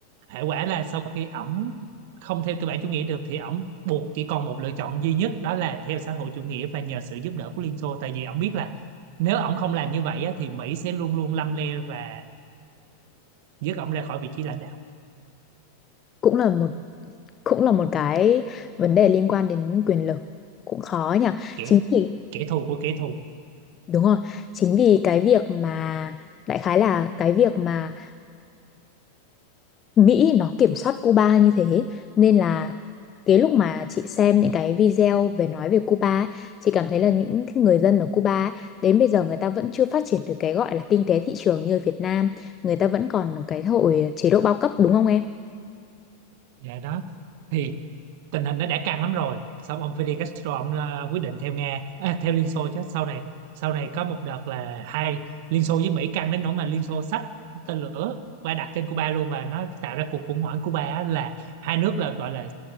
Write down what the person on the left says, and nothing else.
Cũng là một cũng là một cái vấn đề liên quan đến quyền lực cũng khó nhỉ.
Chính vì
Đúng rồi, chính vì cái việc mà đại khái là cái việc mà Mỹ nó kiểm soát Cuba như thế nên là cái lúc mà chị xem những cái video về nói về Cuba ấy, chị cảm thấy là những người dân ở Cuba ấy, đến bây giờ người ta vẫn chưa phát triển được cái gọi là kinh tế thị trường như ở Việt Nam, người ta vẫn còn cái hội chế độ bao cấp đúng không em?